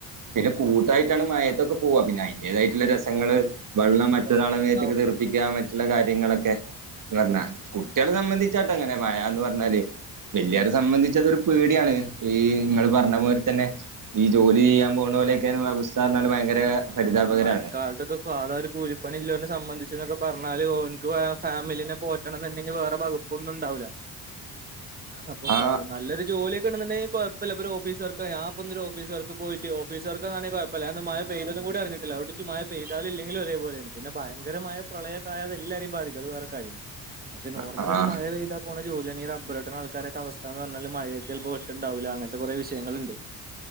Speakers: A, on the right; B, on the right.
A: പിന്നെ കൂട്ടായിട്ടാണ് മഴത്തൊക്കെ പോവ പിന്നെ അയ്ന്റേതായിട്ടുള്ള രസങ്ങള് വെള്ളം
B: രസണ്ടാവും
A: ട്ടനാളൊക്കെ തെറിപ്പിക്കാൻ മറ്റുള്ള കാര്യങ്ങളൊക്കെ പറഞ്ഞാ
B: ഉം
A: കു ട്ടികാളെ സംബന്ധിച്ചട്ടങ്ങനെ മഴ ന്ന് പറഞ്ഞാല് വല്ലിയാരെ
B: ഉം
A: സംബന്ധിച്ചതൊരു പേടിയാണ് ഈ ഇങ്ങൾ പറഞ്ഞ പോലെ തന്നെ ഈ ജോലി ചെയ്യാൻ പോണോലെയൊക്കെ അവസ്ഥ ന്നാല് ഭയങ്കര പരിതാപകരാണ്
B: അതാണ് മഴക്കാലത്തൊക്കെ സാതാ ഒരു കൂലിപ്പണി ഇല്ലോനെ സംബന്ധിച്ച്ന്നൊക്കെ പറഞ്ഞാല് ഓൻക്ക് <unintelligible> ഫാമിലിനെ പോറ്റണം ന്ന്ണ്ടെങ്കിൽ വേറെ വകു ഒന്നും ഉണ്ടാവ് ല്ല
A: <inaudible>
B: അപ്പൊ
A: ആഹ്
B: ഏ നല്ലൊരു ജോലിയൊക്കെ ഉണ്ട്ന്നുണ്ടെ കൊയപ്പല്ല പ്പൊരു ഓഫീസ് വർക്കാ ഞാപ്പൊ ഒരു ഓഫീസ് വർക്ക് പോയ്ട്ട് ഓഫീസ് വർക്കാണങ്കി കൊയപ്പല്ല. ഞാ പന്ന് മഴ പെയ്തതും കൂടി അറിഞ്ഞിട്ടില്ല അവട്ക്ക് മഴ പെയതാലും ഇല്ലെങ്കിലും ഒരേ പോലെയാണ്. പിന്നെ ഭയങ്കര മഴ പ്രളയക്കായാ എല്ലാരിം ബാധിക്കും അത് വേറെ കാര്യം
A: <inaudible>
B: പക്ഷെ നോർമല് ഒരു
A: ആഹ്
B: മഴ പെയ്താ പോണ ജോലിയന്നെ റബ്ബറട്ട്ണെ ആൾക്കാരൊക്കെ അവസ്ഥാന്ന് പർഞ്ഞാല് മഴയെ ചെൽപ്പോ വെട്ട്ണുണ്ടാവൂല്ല അങ്ങൻത്തെ കൊറേ വിഷയങ്ങളുണ്ട്